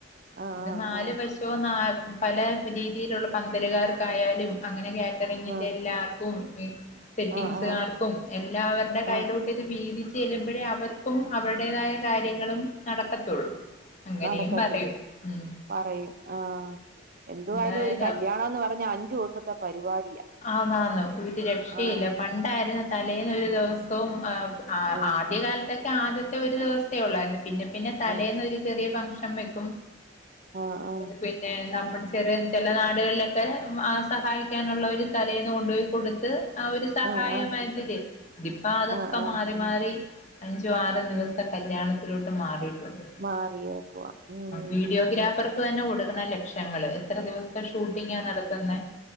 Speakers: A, on the right; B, on the left.
A: ആഹ്
B: ഇത്
A: ആഹ്
B: നാല് വശോ ന പല രീതിയിലുള്ള പന്തല്കാർക്കായാലും അങ്ങനെ. ക റ്ററിംഗിൻ്റെ
A: ആഹ്
B: എല്ലാർക്കും സെറ്റിങ്സ്
A: ആഹ് ആഹ് ആഹ്
B: കാർക്കും എല്ലാവരുടെ കയ്യിലോട്ട്ത്
A: ആഹ്
B: വിതിച് ചെല്ലുമ്പോഴേ അവർക്കും അവരുടേതായ കാര്യങ്ങളും നടക്കത്തുള്ളൂ. അങ്ങനെയും
A: നടക്കത്തുള്ളൂ
B: പറയും ഉം
A: പറയൂ ആ എന്ത്
B: എന്തായാലും
A: ആയാലും ഒരു കല്ല്യാ ണംന്ന് പറഞ്ഞ അഞ്ചുസത്തെ പരിപാടിയാ.
B: ആന്ന് ആന്ന് വീട്ട് രക്ഷീല്ല
A: ആഹ്
B: പണ്ടായിര്ന്നു തലേന്ന് ഒരുസം പ്പം
A: ആഹ്
B: ആദ്യ കാലത്തൊക്കെ ആദ്യത്തെ ഒരു ദിവസേ ഒള്ളായിര്ന്ന് പിന്നെ പിന്നെ തലേന്ന്
A: ആഹ്
B: ഒരു ചെറിയ ഫംഗക്ഷൻ വെക്കും
A: ആഹ് ആഹ്
B: പി നമ്മ <unintelligible> ചെറിയ ചെല നാടുകളിലൊക്കെ ആ സഹായിക്കാനുള്ള ഒര് തലേന്ന് കൊണ്ട്പോയി കൊട്ത്ത് ആ ഒര് സഹായമതില്
A: ആഹ് ആഹ്
B: ദിപ്പോ അതൊക്കെ
A: ആഹ് ആഹ്
B: മാറി മാറി അഞ്ചോ ആറും ദിവസൊക്കെ.
A: ഉം
B: കല്യാണത്തിലോട്ട് മാറിയിട്ടുണ്ട്
A: മാറിയേക്കുവാ ഉം
B: വീഡിയോഗ്രാഫർ തന്നെ കൊടുക്കണം ലക്ഷങ്ങള് എത്ര ദേവസം ഷൂട്ടിംഗാ നടത്തുന്നേ